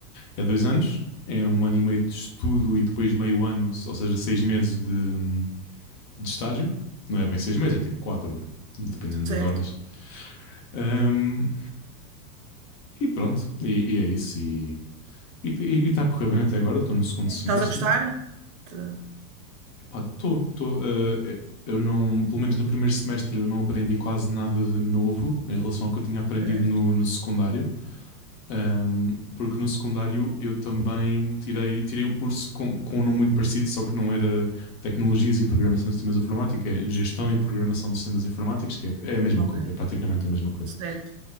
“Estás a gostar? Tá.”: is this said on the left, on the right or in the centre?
Right